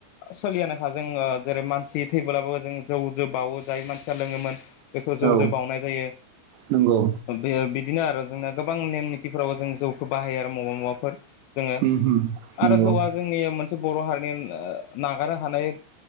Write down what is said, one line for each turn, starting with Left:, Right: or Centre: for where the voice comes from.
Left: सोलियानोखा जों जेरै मानसि थैबोब्लाबो जों जौ बावो जाय मानसिया लोङोमोन बेखौ जौदो
Right: औ
Left: बावनाय जायो
Right: नंगौ
Left: बे बिदिनो आरो जोंना गोबां नेम निथिफ्रावबो जों जौखौ बाहायो आरो मबा मबाफोर जोङो
Right: उम, उम, नंगौ
Left: आरो जौआ जोंनि मोन बर हारिनि नागारनो हानाय